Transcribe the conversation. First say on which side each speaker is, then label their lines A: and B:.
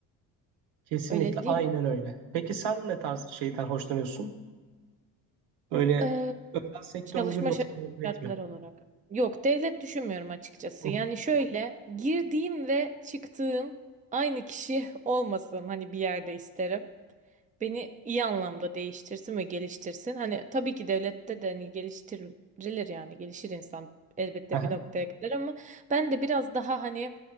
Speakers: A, on the right; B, on the right.
A: Kesinlikle
B: Öyle değil
A: aynen
B: mi?
A: öyle. Peki sen ne tarz şeyden hoşlanıyorsun? Böyle
B: Ee,
A: özel sektör
B: çalışma
A: müdür yoksa
B: şa-
A: memuriyet
B: şartları
A: mi?
B: olarak. Yok, devlet düşünmüyorum açıkçası.
A: Hı
B: Yani
A: hı.
B: şöyle girdiğim ve çıktığım aynı kişi <laughs> olmasın hani bir yerde isterim. beni iyi anlamda değiştirsin ve geliştirsin. Hani tabii ki devlette de hani geliştirilir yani gelişir insan elbette
A: Aha.
B: bir noktaya kadar ama ben de biraz daha hani